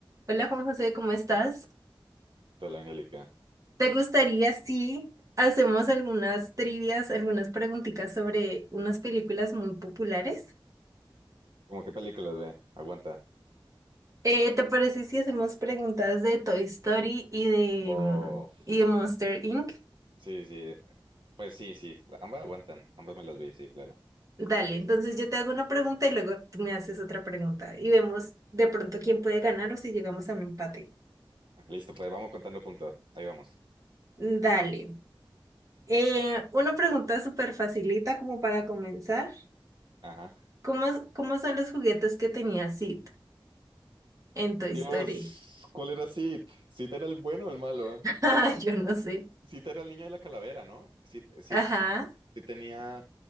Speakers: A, on the right; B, on the right.
A: Hola Juan José, ¿cómo estás?
B: Tal Angélica.
A: ¿Te gustaría si hacemos algunas trivias, algunas preguntitas sobre unas películas muy populares?
B: ¿Cómo qué películas ve? Aguanta.
A: Eh, ¿te parece si hacemos preguntas de Toy Story y de,
B: Bof.
A: mm, y de Monster Inc?
B: Sí, sí. Pues sí, sí. Ambas aguantan. Ambas me las vi, sí, claro.
A: Dale, entonces yo te hago una pregunta y luego tú me haces otra pregunta y vemos de pronto quién puede ganar o si llegamos a un empate.
B: Listo, pues vamos contando punto. Ahí vamos.
A: Dale. Eh, una pregunta súper facilita como para comenzar.
B: Ajá.
A: ¿Cómo, cómo son los juguetes que tenía Sid? en Toy
B: Dios,
A: Story.
B: ¿cuál era Sid? Sid era el bueno o el malo. ¿eh?
A: <laughs> Yo no sé.
B: Sid era el niño de la calavera, ¿no? Sid, Sid,
A: Ajá,
B: Sid tenía.